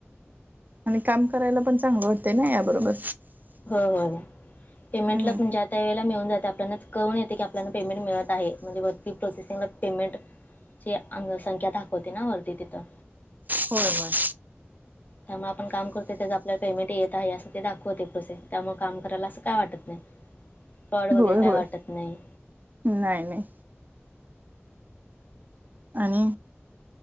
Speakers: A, on the right; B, on the left.
A: आणि काम करायला पण चांगलं वाटतें ना या बरोबर.
B: हो हो पेमेंटला
A: हम्म
B: पण जा त्या वेळेला मिळून जाते आपल्याला कळून येते की आपल्याला पेमेंट मिळत आहे म्हणजे वरती प्रोसेसिंगला पेमेंट. जची अंगसंख्या दाखवते ना वरती तिथं
A: होय होय.
B: त्यामुळे आपण काम करतो त्याच आपल्याला पेमेंट येत आहे. यासाठी दाखवते प्रोसेस त्यामुळे काम करायला असं काय वाटत नाही. फॉड वगैरे
A: होय
B: काय
A: होय
B: वाटत नाही.
A: नाही नाही. आणि?